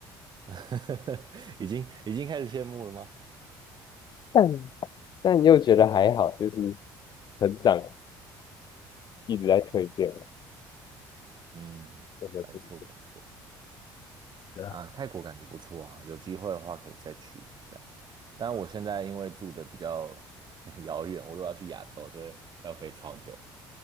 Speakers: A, on the right; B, on the left.
A: 嘛，<laughs> 已经已经开始羡慕了吗？
B: 但但又觉得还好，就是成长一直在蜕变嘛，
A: 嗯，
B: 真的不一定。
A: 没错没错
B: 对啊
A: 啊，泰国感觉不错啊，有机会的话可以再去一下。但我现在因为住的比较 <laughs> 遥远，我如果要去亚洲，就会要飞超久的，